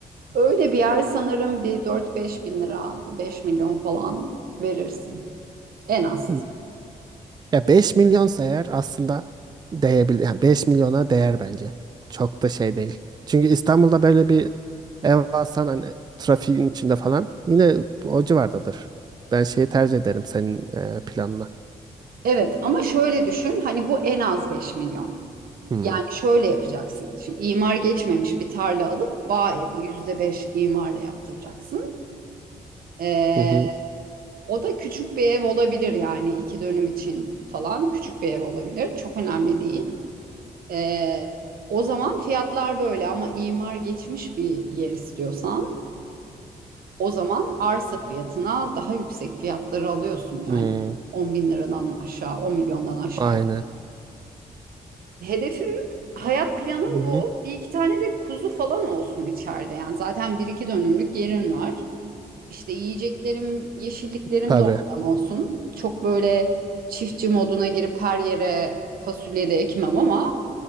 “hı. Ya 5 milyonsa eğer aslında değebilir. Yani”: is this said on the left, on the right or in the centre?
Right